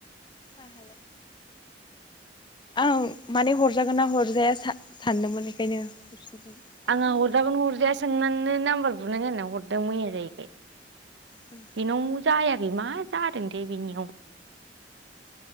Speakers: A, on the left; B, on the right.
A: आंहालाय आं माने हरजागोन ना हरजाया सानदोंमोन बेखायनो हरफिनदोंमोन आइथिं
B: आंहा हरजागोन हरजाया साननानै नाम्बार बुनाय होनना हरदों मैया जायैखाय
A: ओं
B: बिनाव जायाखै मा जादों दे बेनियाव